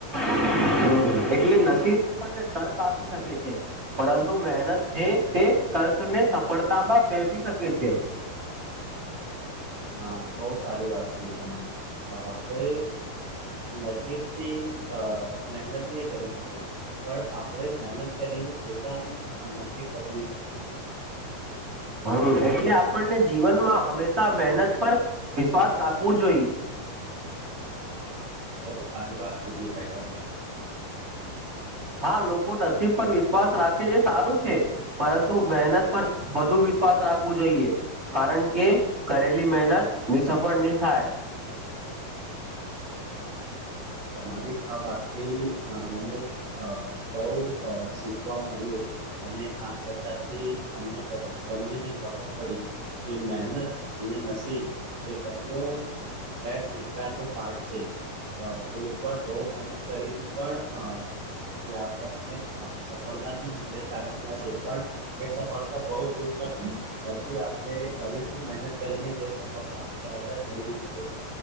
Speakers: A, on the right; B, on the right.
A: હમ્મ, એટલે નસીબ આપણે તર્ક આપી શકે છે, પરંતુ મહેનત જે તે તર્કને સફળતામાં ફેર ફેરવી શકે છે.
B: હા, બો સારી વાત કીધી તમે, આપડો એ નસીબથી અહ મહેનતની કરી શકે પણ આપડે મહેનત કરીને પોતાનું નસીબ બદલી શકીએ.
A: હમ્મ, એટલે આપણને જીવનમાં હંમેશા મહેનત પર વિશ્વાસ રાખવો જોઈએ.
B: બહુ સારી વાત કીધી ભાઈ તમને
A: હા, લોકો નસીબ પર વિસ વિશ્વાસ રાખે એ સારું છે, પરંતુ મહેનત પર વધુ વિશ્વાસ રાખવું જોઈએ. કારણકે કરેલી મહેનત નિસફળ ની થાય.
B: તમારી આ વાતથી અહ મને અહ બૌ અહ શીખવા મળ્યું. અને આ ચર્ચાથી અમને બન બન્નેને ખબર પડી. એ મહેનત અને નસીબ એ બન્નો બે સિક્કા નો પાઠ છે. અહ તો એક વાર બહુ મહેનત કરીને પણ અહ જે આપણને સફળતા ની મળે કારણ કે <unintelligible> પણ એ સફળતા બહુ દૂર નથી. પછી આપણે ફરીથી મહેનત કરીને તે સફળતાને તરત જ મેળવી શકે.